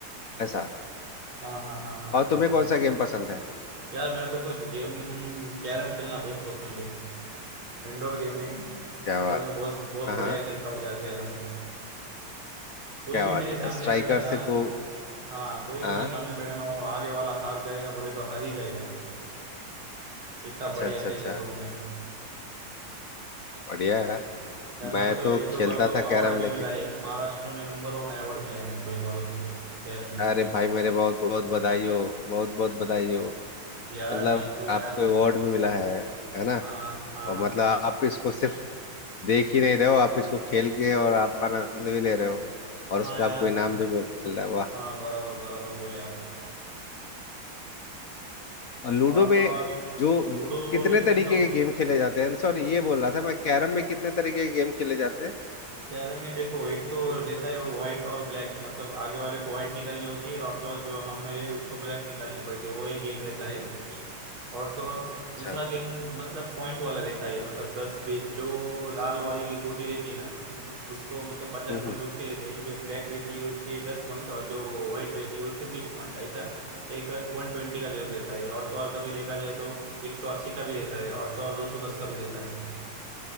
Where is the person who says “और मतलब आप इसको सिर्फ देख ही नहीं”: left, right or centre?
Left